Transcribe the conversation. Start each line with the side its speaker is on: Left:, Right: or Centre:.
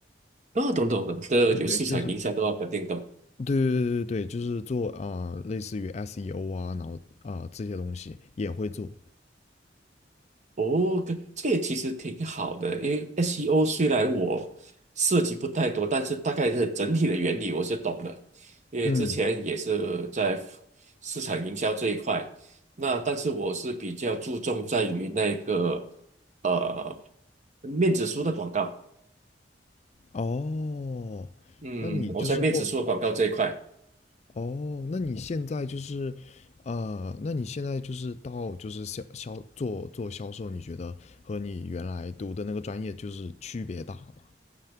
Right: 哦，懂懂懂，这有市场营销都要搞定懂。
Left: 对对，就是对对对对，对，就是做啊、呃类似于 SEO 啊，然后啊、呃这些东西也会做。
Right: 哦，跟这个也其实挺好的，因为 SEO 虽然我涉及不太多，但是大概是整体的原理我是懂的，因为之前也是在
Left: 嗯，
Right: 市场营销这一块。那但是我是比较注重在于那个呃面子书的广告，
Left: 哦，
Right: 嗯，
Left: 那你就是后，
Right: 我在面子书的广告这一块。
Left: 哦，那你现在就是，呃，那你现在就是到就是销销做做销售，你觉得和你原来读的那个专业就是区别大吗？